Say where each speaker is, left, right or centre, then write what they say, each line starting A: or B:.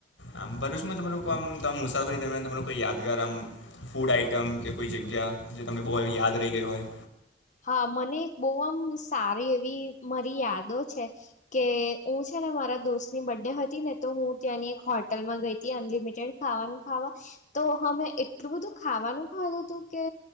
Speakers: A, on the left (about 85°); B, on the left (about 40°).
A: આમ ભરૂચમાં તમે લોકો આમ, મુસાફરી દરમિયાન તમારો કોઈ યાદગાર આમ? ફૂડ આઈટમ, કે કોઈ જગ્યા? જે તમને બહુ યાદ રહી ગઈ હોય!
B: હા, મને એક બહુ આમ સારી એવી મારી યાદો છે, કે હું છે ને મારા દોસ્ત ની બર્ડે હતી ને, તો હું ત્યાંની એક હોટલમાં ગઈતી, અનલિમિટેડ ખાવાનું ખાવા તો અમે એટલું બધું ખાવાનું ખાધું હતું કે